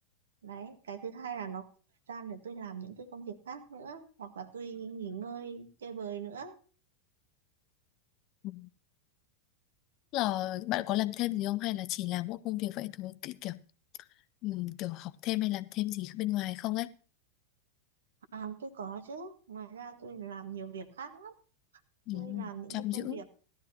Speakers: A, on the right; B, on the left.
A: đấy cái thứ hai là nó có thời gian để tôi làm những cái công việc khác nữa hoặc là tôi nghỉ ngơi chơi bời nữa
B: Ừ. là bạn có làm thêm gì không hay là chỉ làm mỗi công việc vậy thôi Ki- kiểu ừ, kiểu học thêm hay làm thêm gì bên ngoài không ấy
A: à tôi có chứ ngoài ra tôi làm nhiều việc khác lắm
B: ừ,
A: tôi làm những
B: chăm
A: cái công
B: chữ
A: việc